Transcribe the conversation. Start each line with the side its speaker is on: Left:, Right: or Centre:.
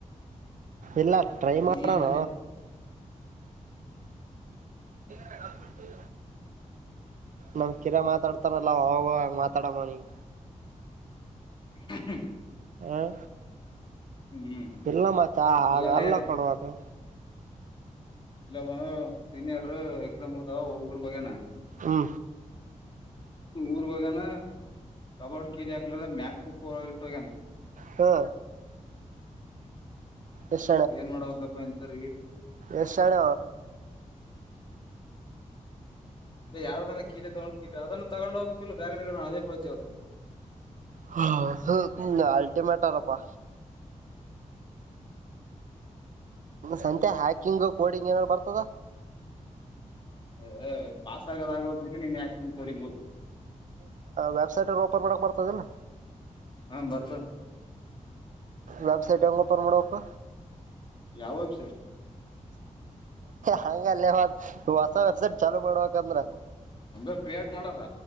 Right: ಇಲ್ಲ ಟ್ರೈ ಮಾಡೋಣ
Left: ಈನ
Right: ಹೌ ನಮ್ ಕಿರ ಮಾತಾಡ್ತಾರಲ್ಲ ಹೋಗುವ ಮಾತಾಡ ಮನಿಗೆ
Left: <inaudible>
Right: ಹ
Left: ಹ್ಮ್
Right: ಇಲ್ಲಮ್ಮ ಚಾ
Left: ಅಲ್ಲಲೇ
Right: ಆಗ ಅಲ್ಲ ಕೊಡುವದು
Left: ಇಲ್ಲವ ಸೀನಿಯರ್ ಎಕ್ಸಾಮ್ದ ಒ್ರಗ್ ಹೋಗ್ಯನ
Right: ಹ್ಮ
Left: ಊರ್ ಹೋಗನ ಕಬಾಡ್ ಕೀಲಿ ಹಾಕ್ಲಾರ ಮ್ಯಾಕ್ ಬಕ್ಕ ಇಟ್ಟೋಗ್ಯನ
Right: ಹ ಎಷ್ಟ್
Left: ಏನ್ ಮಾಡುವಪ್ಪ ಎಂಥವರಿಗೆ
Right: ಎಷಳ
Left: ಇಲ್ಲ ಯಾರದನ್ನ ಕೀ ತಗೊಂಡು ಕೀ ಅದನ್ನ ತಗೊಂಡ ಹೋಗಬೇಕ ಇಿಲ್ಲ ಬೇಗನೆ ಅದೇಜ ಅದು
Right: ಹ ಹ ಅಲ್ಟಿಮೇಟ್ ಆರಪ್ಪಾ ಸಂಂತೆ ಹ್ಯಾಕಿಂಗ್ ಕೋಡಿಂಗ್ ಏನಾರರು ಬರ್ತದ
Left: ಹ ಪಾಸಸ್ ಗಗದಗೋದ್ರೆ ನೀನ್ ಯಾಕೆಂಗ ಕೊಡಿನ್ಬೋದು
Right: ವೆಬ್ಸೈಟ್ ಅಲ್ಲಿ ಓಪನ್ ಮಾಡಕ್ ಬರ್ತದಿಲ್ಲಾ
Left: ಹಾ ಬರ್ತ
Right: ವೆಬ್ಸೈಟ್ ಹೋಗಪಮಡೋಕ್ಕ.
Left: ಯಾವೆಬ್ಸೈಟ್.
Right: ಹಂಗಲ್ಲೇ ಹೊ ಹೊಸ ವೆಬ್ಸೈಟ್ ಚಲು ಮಾಡ್ಬೇಕಂದ್ರ.
Left: ಒಂದ ಕ್ರಿಯೇಟ್ ಮಾಡದ.